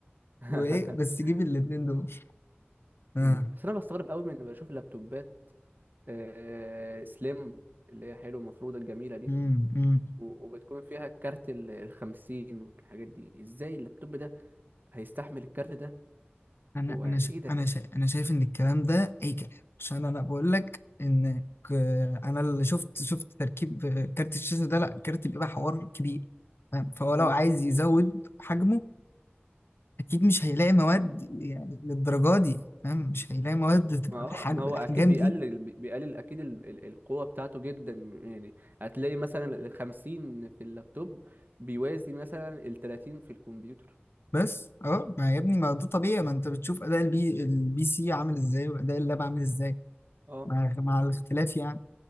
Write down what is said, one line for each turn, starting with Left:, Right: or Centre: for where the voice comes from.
Right: <laughs>
Left: وايه بس جيب الاثنين دول آه.
Right: مم. بس انا بستغرب قوي من بشوف لابتوبات آه، سليم اللي هي حلو المفروضة الجميلة دي
Left: امم
Right: و- وبتكون فيها كارت ال الخمسين والحاجات دي ازاي اللابتوب ده هيستحمل الكارت ده
Left: انا
Right: ويعني
Left: انا ش...
Right: ايه ده
Left: انا ش... انا شايف ان الكلام ده اي كلام عشان انا بقول لك ان ك... انا اللي شفت شفت تركيب كارت الشاشه ده لا كارت بيبقى حوار كبير فاهم؟ فهو
Right: مم.
Left: لو عايز يزود حجمه اكيد مش هيلاقي مواد يعني للدرجه دي فاهم مش هيلاقي مواد تبقى
Right: ما هو
Left: بالحجم
Right: ما هو
Left: بالاحجام
Right: اكيد بيقلل
Left: دي
Right: بي- بيقلل اكيد ال- ال- القوة بتاعته جدا يعني هتلاقي مثلا ال 50 في اللابتوب بيوازي مثلا ال 30 في الكمبيوتر
Left: بس اه ما يا ابني ما ده طبيعي ما انت بتشوف اداء البي البي سي عامل ازاي واداء اللاب عامل ازاي
Right: اه
Left: مع مع الاختلاف يعني